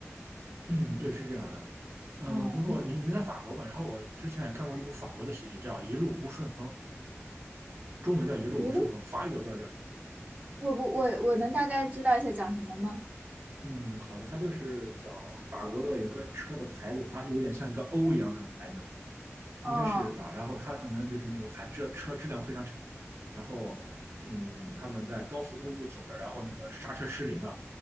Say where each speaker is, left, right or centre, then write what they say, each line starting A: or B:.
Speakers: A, on the right; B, on the right.
A: 嗯，对，是这样的。呃，
B: 嗯，
A: 比如说你你在法国嘛，
B: 你
A: 然后我之前也看过一部法国的喜剧叫《一路不顺风》，中文叫《一路不顺风》，
B: 一路，
A: 法语我不知道叫什么。
B: 我不，我我能大概知道一下讲什么吗？
A: 嗯，好的，它就是讲法国的有个车的牌子，它有点像一个 O 一样那个牌子，
B: 哦，
A: 应该是吧？然后它可能就是那个牌这车质量非常差，然后嗯，他们在高速公路走着，然后那个刹车失灵了，